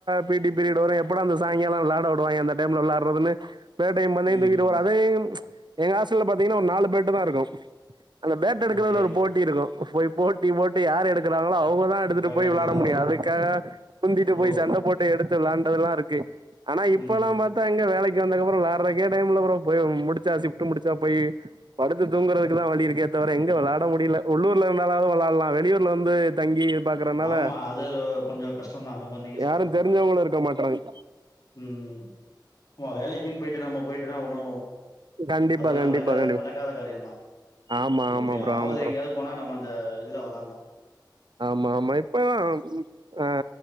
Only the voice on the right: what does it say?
பி டி பீரியட் வரு எப்படாட அந்த சாயங்காலா விளாடா உடுவாய்ங்கே டைம்ல வெளாறதுன்னு பேட்டயு பந்தையு
தூக்கிட்டு போற அதை எங்க ஹாஸ்டல பாத்தீங்கன்னா ஒரு நாலு பேட்டு தா இருக்கு அந்த பேட் எடுக்கிறதுல
ஒரு போட்டி இருக்கு போய் போட்டி போட்டு யார் எடுக்கிறாங்களோ அவுங்க தா எடுத்துட்டு
போய்
விளாட முடியு அதுக்காக முந்திட்டு போய்
சண்ட போட்டு எடுத்து விளாண்டதுல்லா இருக்கு ஆனா இப்பெல்லா
பாத்தா அங்க வேலைக்கு வந்தக்கப்றோ விளாறக்கே டைம் இல்ல ப்ரோ போய் முடிச்சா ஷிப்ட் முடிச்சா போயி படுத்து தூங்குறதுக்கு தா வழி இருக்கே தவிர எங்க வெளாட முடியல உள்ளூர்ல இருந்தாலாவு வெளாடலா வெளியூர்ல வந்து தங்கி பாக்குறனால
யாரு
தெரிஞ்சவங்களு இருக்க மாட்றாங்க
கண்டிப்பா
கண்டிப்பா
கண்டிப்பா
ஆமா ஆமா
ப்ரோ ஆமா ப்ரோ
ஆமா ஆமா இப்ப ஆ ஆ